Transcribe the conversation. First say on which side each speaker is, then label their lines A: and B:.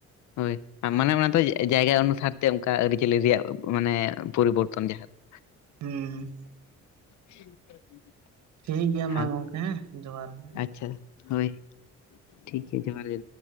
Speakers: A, on the left; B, on the right.
A: ᱦᱳᱭ ᱢᱟᱱᱮ ᱚᱱᱟ ᱫᱚ ᱡᱟᱭᱜᱟ ᱚᱱᱩᱥᱟᱨ ᱛᱮ ᱚᱱᱠᱟ ᱟᱹᱨᱤᱪᱟᱹᱞᱤ ᱨᱮᱭᱟᱜ ᱢᱟᱱᱮ ᱯᱚᱨᱤᱵᱚᱨᱛᱚᱱ ᱡᱟᱦᱟᱸ ᱫᱚ
B: ᱦᱩᱸ
A: <inaudible>
B: ᱴᱷᱤᱠ ᱜᱮᱭᱟ ᱢᱟ
A: ᱟᱨ
B: ᱜᱚᱝᱠᱮ ᱦᱮᱸ ᱡᱚᱦᱟᱨ ᱜᱮ
A: ᱟᱪᱪᱷᱟ ᱦᱳᱭ ᱴᱷᱤᱠ ᱜᱮᱭᱟ ᱡᱚᱦᱟᱨ ᱜᱮ